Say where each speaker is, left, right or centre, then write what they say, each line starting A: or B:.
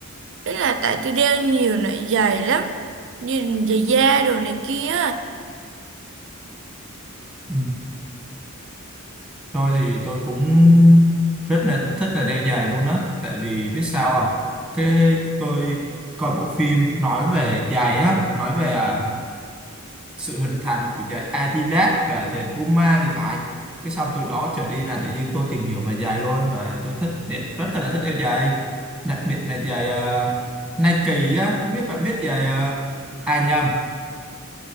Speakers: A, on the right; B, in the centre.
A: Ý là tại tôi đeo nhiều loại giày lắm, như giày da đồ này kia.
B: Ừ. Tôi thì tôi cũng rất là thích là đeo giày luôn á tại vì biết sao không cái tôi coi bộ phim nói về giày á nói về à, sự hình thành của giày Adidas và giày Puma thì phải cái xong từ đó trở đi là tự nhiên tôi tìm hiểu về giày luôn và tôi thích đe- rất là thích đeo giày đặc biệt là giày à, Nike á không biết bạn biết giày à, à nhầm